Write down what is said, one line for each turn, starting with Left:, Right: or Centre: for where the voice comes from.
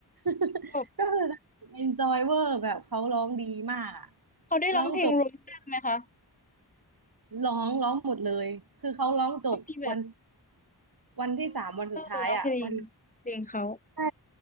Right: <laughs>
Left: จบ
Right: ก็คือ enjoy เวอร์แบบเขาร้องดีมากอะ
Left: เขาได้ร้องเพลง
Right: ร้องจบ
Left: Roses ไหมคะ
Right: ร้องร้องหมดเลยคือเขาร้องจบวัน
Left: ก็มีแบบ
Right: วันที่สามวันสุดท้ายอ่ะวัน
Left: Closer เนาะเพลงเพลงเขา
Right: ใช่